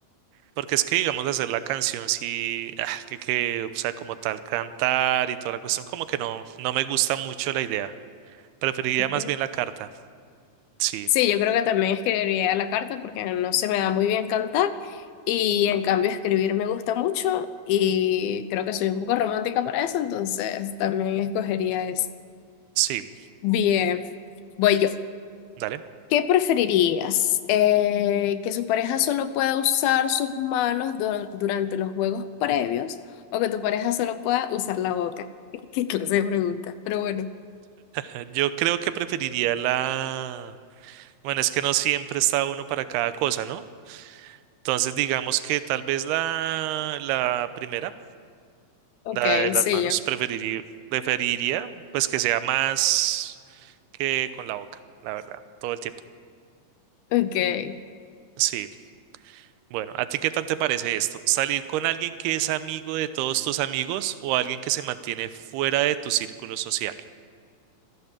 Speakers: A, on the right; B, on the left.
A: porque es que, digamos, hacer la canción, sí, ah, que, que, o sea, como tal, cantar y toda la cuestión, como que no, no me gusta mucho la idea. Preferiría
B: Ok,
A: más bien la carta. Sí,
B: Sí, yo creo que también escribiría la carta porque no se me da muy bien cantar y en cambio escribir me gusta mucho y creo que soy un poco romántica para eso, entonces también escogería eso.
A: sí,
B: Bien, voy yo.
A: dale.
B: ¿Qué preferirías? Eh, ¿que su pareja solo pueda usar sus manos du- durante los juegos previos o que tu pareja solo pueda usar la boca? <laughs> ¿Qué clase de pregunta? Pero bueno,
A: Eh, Yo creo que preferiría la... Bueno, es que no siempre está uno para cada cosa, ¿no? Entonces, digamos que tal vez la, la primera,
B: ok,
A: la de las
B: sí,
A: manos,
B: yo,
A: preferiría, preferiría pues que sea más que con la boca, la verdad, todo el tiempo.
B: ok.
A: Sí. Bueno, ¿a ti qué tal te parece esto? ¿Salir con alguien que es amigo de todos tus amigos o alguien que se mantiene fuera de tu círculo social?